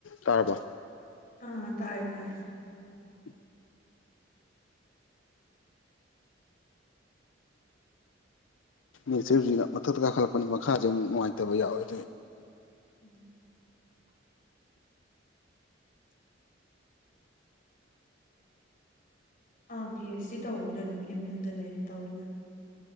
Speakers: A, on the left; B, on the left.
A: ꯇꯔꯕ
B: ꯑꯥ ꯇꯥꯔꯦ ꯇꯥꯔꯦ
A: ꯎ ꯃꯤꯁꯦ ꯍꯧꯖꯤꯛꯅ ꯃꯊꯛꯇ ꯀꯥꯈꯠꯂꯛꯄꯅꯤ ꯃꯈꯥꯁꯦ ꯑꯃꯨꯛ ꯅꯨꯉꯥꯏꯕꯌꯥꯎꯋꯦ ꯑꯗꯨꯏ
B: ꯎꯝ ꯑꯥ ꯄꯤ ꯑꯩꯩꯆ ꯗꯤ ꯇꯧꯕꯗꯣ ꯑꯗꯨꯝ ꯑꯦꯝ ꯌꯨꯗ ꯂꯩꯔ ꯇꯧꯋꯦ